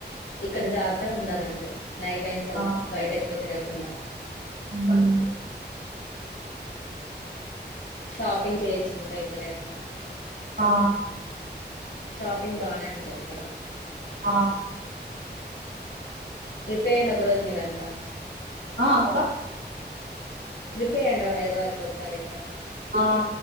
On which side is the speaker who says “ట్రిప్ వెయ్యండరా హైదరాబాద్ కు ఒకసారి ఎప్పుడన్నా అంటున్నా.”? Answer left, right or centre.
Left